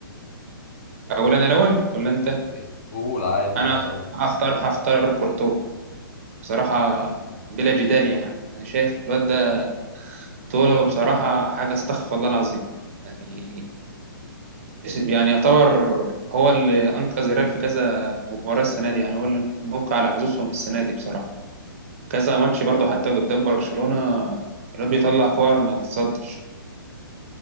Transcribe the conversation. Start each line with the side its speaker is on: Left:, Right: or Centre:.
Right: أقول أنا الأول ولا أنت
Left: إيه؟ قول عادي
Right: أنا
Left: أنت الأول
Right: هختار هختار كورتو بصراحة بلا جدال يعني أنا شايف الواد ده طوله بصراحة حاجة استغفر الله العظيم يعني يعني يعتبر هو اللي أنقذ الريال في كذا مباراة السنة دي يعني هو اللي موقع على حظوظهم السنة دي بصراحة كذا ماتش برضه حتى قدام برشلونة الواد بيطلع كور ما تتصدش